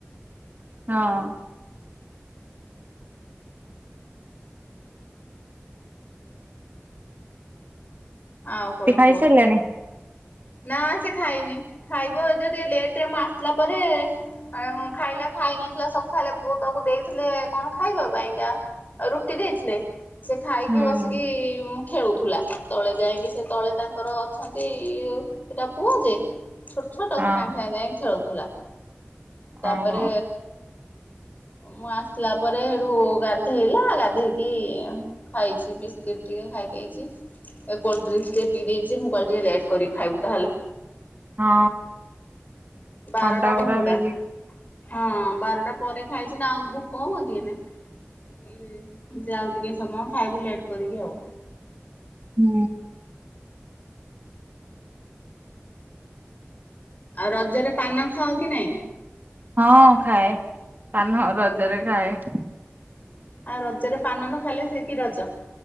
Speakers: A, on the right; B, on the left.
A: ହଁ।
B: ଆଉ କଣ
A: ସେ ଖାଇସାରିଲାଣି?
B: କୁହ। ନାଁ ସେ ଖାଇନି ଖାଇବ ଯଦି ଲେଟରେ ମୁଁ ଆସିଲା ପରେ ଅଁ ଖାଇଲା ଖାଇ ନଥିଲା ସଖାଳେ ବୋଉ ତାକୁ ଦେଇଥିଲେ କଣ ଖାଇବା ପାଇଁକା ରୁଟି ଦେଇଥିଲେ। ସେ ଖାଇକି
A: ହୁଁ।
B: ବସିକି ମୁ ଖେଳୁଥୁଲା ତଳେ ଯାଇଁକି ସେ ତଳେ ତାଙ୍କର ଅଛନ୍ତି ଇଉ ସେଟା ପୁଅ ଯେ ଛୋଟ ଛୋଟ
A: ହଁ
B: ସେ ତାଙ୍କ ସାଙ୍ଗେ ଯାଇଁ ଖେଳୁଥୁଲା। ତାପରେ
A: ଓହୋ
B: ମୁଁ ଆସିଲା ପରେ ହେଟୁ ଗାଧେଇଲା ଗାଧେଇକି ଖାଇଛି ବିସ୍କୁଟ ଟିକେ ଖାଇଦେଇଛି ଏଇ କୋଲ୍ଡଡ୍ରିଙ୍କସ ଟିକେ ପିଇ ଦେଇଛି ମୁଁ କହିଲି ଟିକେ ଲେଟ୍ କରି ଖାଇବୁ ତାହେଲେ
A: ହଁ।
B: ବାରଟା
A: ଥଣ୍ଡା ପୁରା
B: <unintelligible>
A: ବି
B: ହଁ ବାରଟା ପରେ ଖାଇଛି ନା ଆଉ ଭୁକ ହବକି ଏଇନେ ଯାଉ ଟିକେ ସମୟ ଖାଇବୁ ଲେଟ କରିକି ଆଉ।
A: ହୁଁ।
B: ଆଉ ରଜରେ ପାନ ଖାଅ କି ନାଇଁ
A: ହଁ ଖାଏ ପାନ ରଜରେ ଖାଏ।
B: ଆଉ ରଜରେ ପାନ ନ ଖାଇଲେ ସେ କିି ରଜ